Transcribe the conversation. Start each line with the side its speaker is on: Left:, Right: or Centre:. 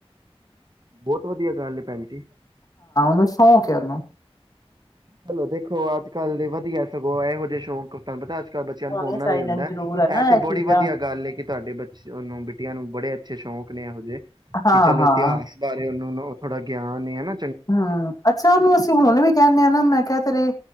Right: ਬਹੁਤ ਵਧੀਆ ਗੱਲ ਹੈ ਭੈਣ ਜੀ।
Left: ਦਾ ਸ਼ੌਕ ਹੈ ਓਹਨੂੰ
Right: ਚਲੋ ਦੇਖੋ ਅੱਜ ਕੱਲ ਦੇ ਵਧੀਆ ਸਗੋਂ ਇਹੋ ਜਿਹੇ ਸ਼ੌਂਕ ਤਾਂ ਪਤਾ ਹੈ ਅੱਜ ਤਾਂ ਬੱਚਿਆਂ
Left: ਹੋਣੇ
Right: ਨੂੰ ਫੋਨਾਂ
Left: ਚਾਹੀਦੇ
Right: ਦਾ ਹੀ ਹੁੰਦਾ
Left: ਨੇ ਜ਼ਰੂਰ ਨਾ
Right: ਹੈ ਇਹ ਤੇ
Left: ਚੀਜ਼ਾਂ
Right: ਬੜੀ ਵਧੀਆ ਗੱਲ ਹੈ ਕਿ ਤੁਹਾਡੇ ਬੱਚੇ ਉਹਨੂੰ ਬਿਟੀਆਂ ਨੂੰ ਬੜੇ ਅੱਛੇ ਸ਼ੌਂਕ ਨੇ ਇਹੋ ਜਿਹੇ
Left: ਹਾਂ
Right: ਕਿ ਚਲੋ
Left: ਹਾਂ
Right: ਇਤਿਹਾਸ ਬਾਰੇ ਉਹਨੂੰ ਨੋਂ ਥੋੜਾ ਗਿਆਨ ਈ ਹੈਨਾ।
Left: ਹਾਂ, ਅੱਛਾ ਉਹਨੂੰ ਅਸੀਂ ਹੁਣ ਵੀ ਕਹਿੰਨੇ ਆਂ ਨਾ ਮੈਂ ਕਿਆ ਤੇਰੇ